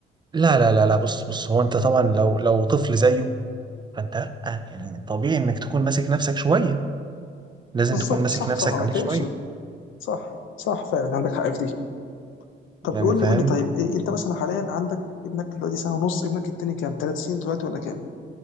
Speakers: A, on the right; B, on the left.
A: لا لا لا لا بص بص هو انت طبعا لو لو طفل زيه فانت لأ، يعني طبيعي انك تكون ماسك نفسك شوية لازم
B: بالظبط
A: تكون ماسك
B: صح
A: نفسك
B: صح ما
A: عليه
B: بتكلمش
A: شوية
B: صح صح فعلا عندك حق في دي طب
A: يعني
B: قول
A: فاهم
B: لي قول لي طيب إيه انت مثلا حاليا عندك ابنك دلوقتي سنه ونص ابنك التاني كام ثلاث سنين دلوقتي ولا كام